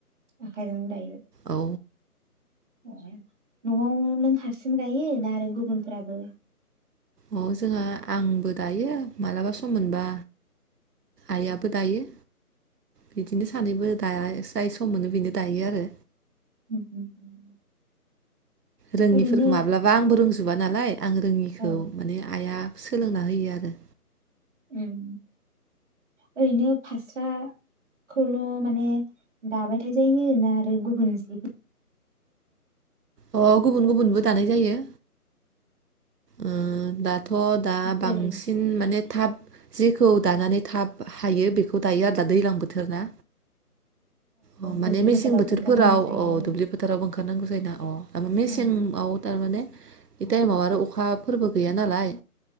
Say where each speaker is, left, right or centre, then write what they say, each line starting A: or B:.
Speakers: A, on the right (about 50°); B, on the right (about 80°).
A: आखायजोंनो दायो
B: औ
A: ओ। नआव नों हारसिं दायो ना आरो गुबुनफ्राबो
B: अ जोंहा आंबो दायो मालाबा सम मोनबा आइयाबो दायो बिदिनो सानैबो दाया जाय सम मोनो बेनो दायो आरो।
A: उम उम।
B: रोंङि
A: ओरैनो
B: फोरखौ माब्लाबा आंबो रोंजोबा नाल लाय। आं रोङिखौ
A: औ
B: माने आइआ सोलोंना हायो आरो।
A: ओन ओरैनो फास्रा खौल' माने दाबाय थाजायो ना आरो गुबुन जि
B: अ गुबुन गुबुनबो दानाय जायो। उम दा थ' दा
A: जेरै
B: बांसिन माने थाब जिखौ दानानै थाब हायो बेखौ दायो आरो दा दैज्लां बोथोर ना। औ माने
A: दुब्लि
B: मेसें
A: फोथारावबो
B: बोथोर
A: ओंखारनांगौ
B: फोराव
A: जायो
B: औ दुब्लि फोथारावबो ओंखार नांगौ जायो ना, औ मेसें
A: ओ
B: आव थारमाने बे थाइमाव आरो अखा अखा फोरबो गैया नालाय